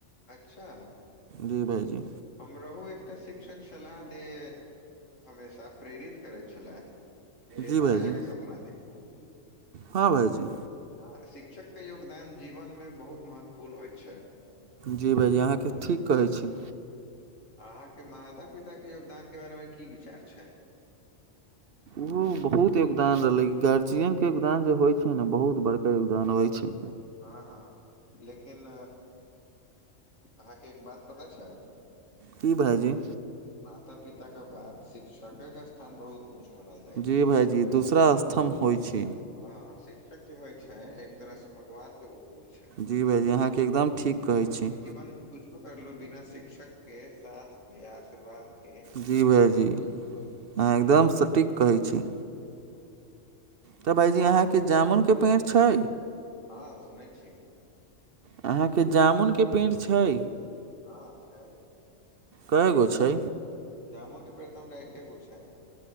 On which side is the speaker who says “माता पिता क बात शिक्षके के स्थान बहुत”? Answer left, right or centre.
Left